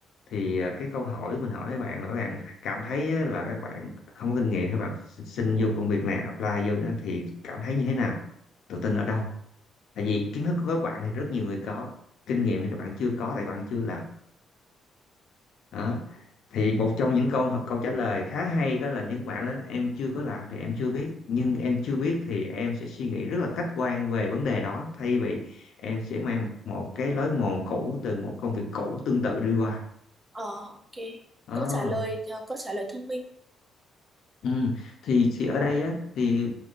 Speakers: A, on the left; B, on the right.
A: thì ờ, cái câu hỏi mình hỏi các bạn là các bạn cảm thấy á, là các bạn không có kinh nghiệm các bạn xin, xin vô công việc này apply vô đó thì cảm thấy như thế nào tự tin ở đâu tại vì kiến thức của các bạn thì rất nhiều người có kinh nghiệm thì các bạn chưa có tại bạn chưa làm đó thì một trong những câu câu trả lời khá hay đó là những bạn đó em chưa có làm thì em chưa biết nhưng em chưa biết thì em sẽ suy nghĩ rất là khách quan về vấn đề đó thay vì em sẽ mang một, một cái lối mòn cũ từ một công việc cũ tương tự đi qua
B: ờ, ok.
A: Ờ.
B: Câu trả lời ờ, câu trả lời thông minh.
A: Ừ. Thì thì ở đây á thì